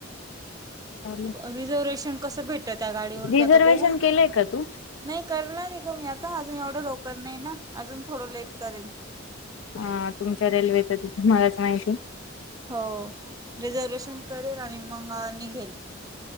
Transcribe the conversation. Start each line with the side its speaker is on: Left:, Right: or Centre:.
Left: ना?
Right: अ रिझर्वेशन कसं भेटतं त्या गाडीवर
Left: रिझर्वेशन
Right: ते आता बघू.
Left: केलंय का तू
Right: नाही करणार आहे गं मी. आता अजून एवढं लवकर नाही ना? अजून थोडं लेट करेन.
Left: हां. तुमच्या रेल्वेच तिथे तुम्हालाच माहिती.
Right: हो. रिझर्वेशन करेल आणि मंग अ निघेल.